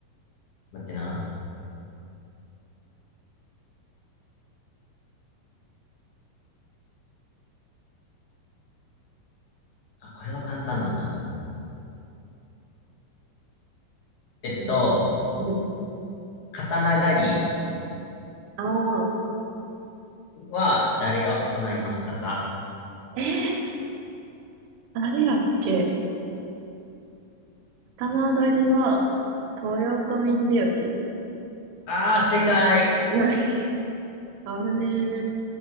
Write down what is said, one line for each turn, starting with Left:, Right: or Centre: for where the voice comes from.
Left: 待ってな。あ、これは簡単だな、でも。えっと、
Right: うん、うん。
Left: 刀狩り
Right: ああ、
Left: は誰が行いましたか
Right: えー、あれやっけ頭上がりは、豊臣秀吉
Left: あー、正解。
Right: よし。危ねえ。